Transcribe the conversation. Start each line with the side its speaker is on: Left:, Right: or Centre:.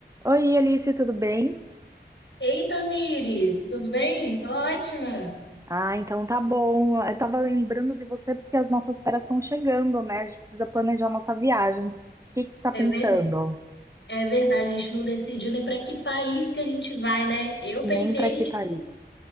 Right: Oi, Alice, tudo bem?
Left: Eita, Tamires, tudo bem? Tô ótima.
Right: Ah, então tá bom. Eu tava lembrando de você porque as nossas férias estão chegando, né? A gente precisa planejar nossa viagem. O que que você tá pensando?
Left: É ver... é verdade, a gente não decidiu nem para que país que a gente vai, né? Eu pensei
Right: Nem pra
Left: a gente
Right: que Paris?